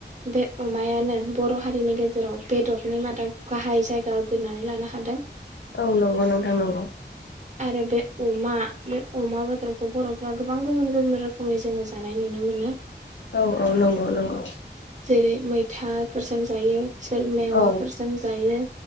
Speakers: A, on the right; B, on the left.
A: बे अमायानो। बर' हारिनि गेजेराव बे टलनि <unintelligible> मादाव गाहाय जायगा आवग्रिनानै लानो हादों।
B: औ नंगौ नोंथां नंगौ।
A: आरो बे अमा बे अमा बेदरखौ बर'फ्रा गोबां गुबुन गुबुन रोखोमै जोङो जानाय नुनो मोनो।
B: औ औ नंगौ नंगौ।
A: जेेरे मै थाफोरजों जायो सोर मेवाफोरजों
B: औ
A: जायो।